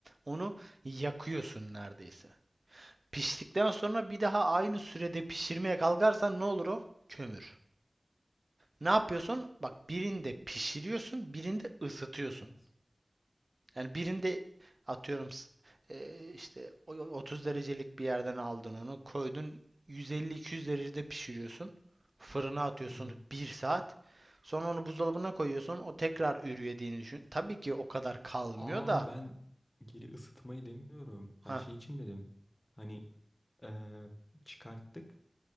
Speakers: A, on the right; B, on the left.
A: onu yakıyorsun neredeyse. Piştikten sonra bir daha aynı sürede pişirmeye kalkarsan ne olur o? Kömür. Ne yapıyorsun? Bak birinde pişiriyorsun, birinde ısıtıyorsun.
B: Evet.
A: Yani birinde atıyorum e, işte o- 30 derecelik bir yerden aldın onu koydun 150-200 derecede pişiriyorsun. Fırına atıyorsun
B: Hı hı.
A: bir saat. Sonra onu buzdolabına koyuyorsun. O tekrar ürüyediğini düşün. Tabii ki o kadar kalmıyor
B: Aa
A: da.
B: ben geri ısıtmayı demiyorum. Ben
A: Ha,
B: şey için dedim. Hani eee, çıkarttık.